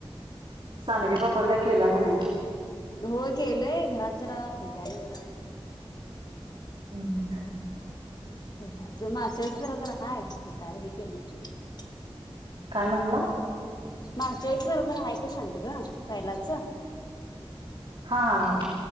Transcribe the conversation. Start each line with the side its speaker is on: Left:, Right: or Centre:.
Right: सांडगे पापड काय केला का नाही
Left: होय केलय घरात जरा <unintelligible>
Right: हम्म
Left: <unintelligible> काही घ के
Right: काय म्हणला
Left: मागच्यावेळेच जरा जरा हाय ग सांडाग पहिलाच
Right: हा हा